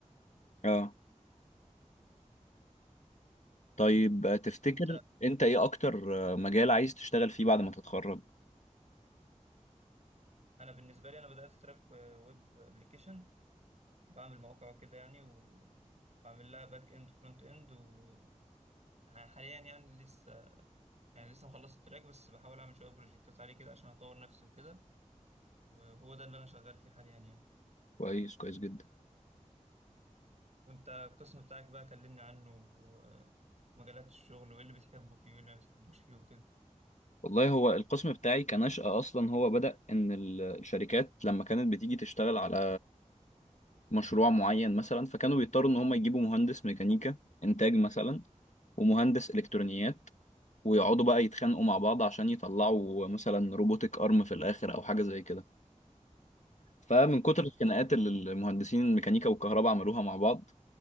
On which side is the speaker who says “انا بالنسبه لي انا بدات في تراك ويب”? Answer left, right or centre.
Right